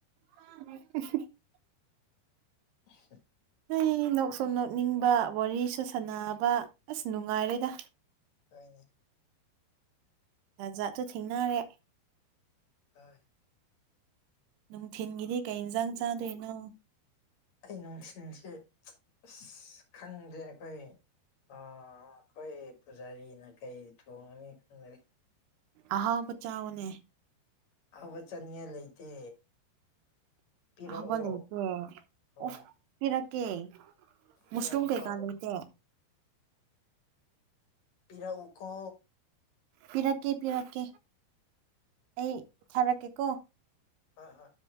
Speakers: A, on the right; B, on the left.
A: <inaudible>
B: <inaudible>
A: ꯅꯣꯏ ꯅꯣꯛꯁꯨꯨꯝ ꯅꯣꯛꯅꯤꯡꯕ ꯋꯥꯔꯤꯁꯨ ꯁꯥꯟꯅꯕ ꯑꯁ ꯅꯨꯡꯉꯥꯏꯔꯦꯗ
B: ꯍꯅꯦ
A: ꯖꯥꯠꯠꯇꯣ ꯊꯦꯡꯅꯔꯦ
B: ꯍ
A: ꯅꯨꯡꯊꯤꯟꯒꯤꯗꯤ ꯀꯩ ꯏꯟꯁꯥꯡ ꯆꯥꯗꯣꯏꯅꯣ
B: ꯑꯩ ꯅꯨꯡꯁꯤꯁꯦ ꯑ ꯈꯪꯗꯦ ꯑꯩꯈꯣꯏ ꯑꯩꯈꯣꯏ ꯄꯨꯖꯥꯔꯤꯅ ꯀꯩ ꯊꯣꯡꯉꯅꯤ ꯈꯪꯖꯦ
A: ꯑꯍꯥꯎꯕ ꯆꯥꯎꯅꯦ
B: ꯑꯕ ꯆꯟꯉ ꯂꯩꯇꯦ ꯄꯤꯔꯛꯑꯣ
A: ꯍꯕ ꯂꯩꯦꯇ
B: ꯍꯣꯏ
A: ꯑꯣ ꯐꯤꯔꯀꯦ ꯃꯁꯔꯨꯝ
B: ꯄꯤꯔꯛꯎꯀꯣ
A: ꯀꯩꯀꯥ ꯂꯩꯇꯦ
B: ꯄꯔ ꯎꯀꯣ
A: ꯄꯤꯔꯛꯀꯦ ꯄꯤꯔꯛꯀꯦ ꯑꯩ ꯊꯥꯔꯛꯀꯦ ꯀꯣ
B: ꯑ ꯍ